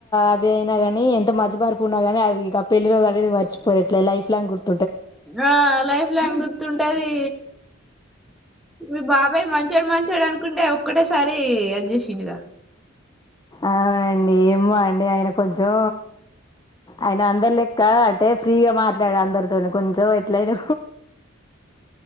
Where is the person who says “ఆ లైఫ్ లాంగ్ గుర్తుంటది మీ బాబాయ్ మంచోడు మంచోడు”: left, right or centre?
Centre